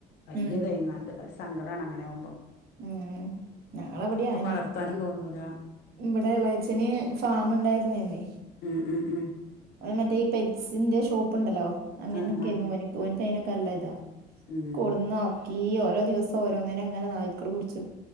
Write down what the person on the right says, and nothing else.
ഉം
ഉം ഞങ്ങളവിടെ
അയന്നെ
ഇവിടെ എളേച്ചന് ഫാം ഉണ്ടായിരുന്നയാന്നേ.
അതു മറ്റേ ഈ പെറ്റ്സിന്റെ ഷോപ്പ് ഉണ്ടല്ലോ? അങ്ങനെയൊക്കെരുന്നു
ഓന്ക്ക് ഓനിക്കയിന് ക്കല്ലയിതാ.
കൊടുന്നോ? ഈ ഓരോ ദിവസം ഓരോന്നിനേം അങ്ങന നായ്ക്കള് പുടിച്ചു.